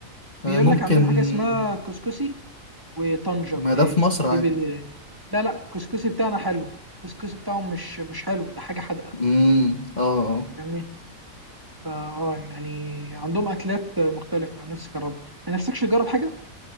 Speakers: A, on the right; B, on the left.
A: بيقول
B: آه، ممكن
A: لك عندهم حاجه اسمها كسكسي وطنجة
B: ما
A: بتهيألي
B: ده في مصر عادي
A: دي بي... لا لا الكسكسي بتاعنا حلو الكسكسي بتاعهم مش مش حلو ده حاجه حادقه
B: امم اه آه.
A: يعني فا اه يعني عندهم اكلات مختلفه نفسي اجربها ما نفسكش تجرب حاجه